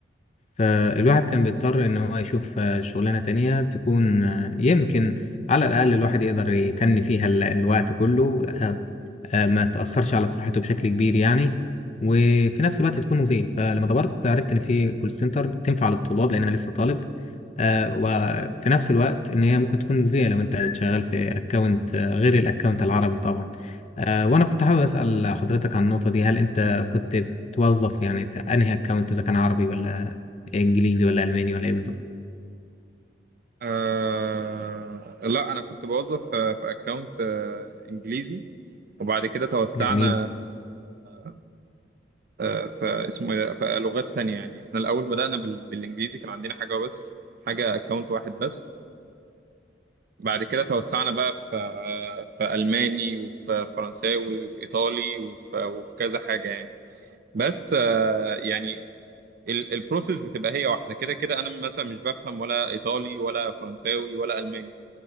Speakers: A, on the left; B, on the right.
A: فالواحد كان بيضطر إن هو يشوف آه، شغلانة تانية تكون آه، يمكن على الأقل الواحد يقدر يتني فيها ال- الوقت كله آه، ما تأثرش على صحته بشكل كبير يعني وفي نفس الوقت تكون مجزية فلما دورت عرفت إن في كول سنتر تنفع للطلاب لأن أنا لسه طالب آه، وفي نفس الوقت إن هي ممكن تكون مجزية لو أنت شغال في أكونت غير الأكونت العربي طبعا آه، وأنا كنت حابب أسأل حضرتك عن النقطة دي هل أنت كنت بتوظف يعني في أنهي أكونت إذا كان عربي ولا إنجليزي ولا ألماني ولا إيه بالظبط؟
B: آه لا انا كنت بوظف في في اكونت آه انجليزي وبعد كده توسعنا
A: جميل
B: آه آه، في اسمه إيه ده؟ في لغات تانية يعني احنا الاول بدأنا بال- بالانجليزي كان عندنا حاجة بس حاجة اكونت واحد بس بعد كده توسعنا بقى في آه في الماني وفي فرنساوي وفي ايطالي وفي وفي كذا حاجة يعني بس آه يعني ال- البروسيس بتبقى هي واحدة كده كده انا مثلا مش بفهم ولا ايطالي ولا فرنساوي ولا الماني